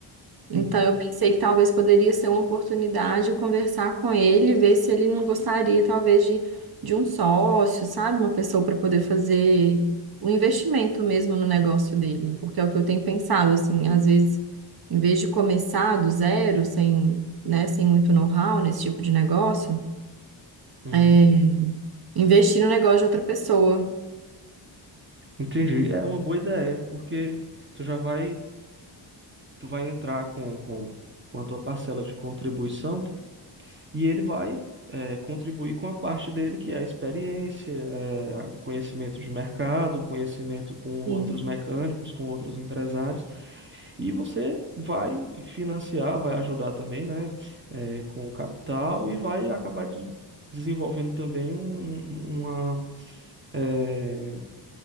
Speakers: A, on the right; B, on the right.
A: Então,
B: sim.
A: eu pensei que talvez poderia ser uma oportunidade conversar com ele, ver se ele não gostaria, talvez, de, de um sócio, sabe? Uma pessoa para poder fazer o investimento mesmo no negócio dele. Porque é o que eu tenho pensado, assim, às vezes, em vez de começar do zero, sem, né, sem muito know-how nesse tipo de negócio,
B: Uhum.
A: é, investir no negócio de outra pessoa.
B: Entendi. É uma boa ideia, porque tu já vai, tu vai entrar com, com, com a tua parcela de contribuição que- e ele vai é, contribuir com a parte dele, que é a experiência, é, o conhecimento de mercado, o conhecimento com outros
A: Sim,
B: mecânicos, com outros empresários, e você vai financiar, vai ajudar também, né, é, com o capital e vai acabar de- desenvolvendo também um, uma, é,